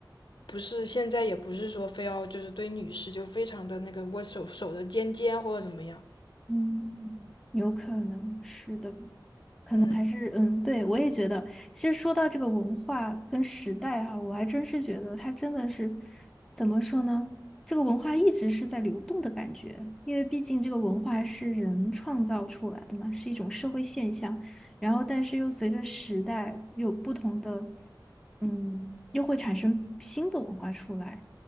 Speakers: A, on the left (about 70°); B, in the centre.
A: 不是现在，也不是说非要就是对女士就非常的那个握手手的尖尖或者怎么样。
B: 嗯，嗯有可能是的。
A: 嗯
B: 还是嗯，对，我也觉得。其实说到这个文化跟时代哈、我还真是觉得它真的是怎么说呢？这个文化一直是在流动的感觉，因为毕竟这个文化是人创造出来的嘛，是一种社会现象。然后，但是又随着时代有不同的，嗯，又会产生新的文化出来，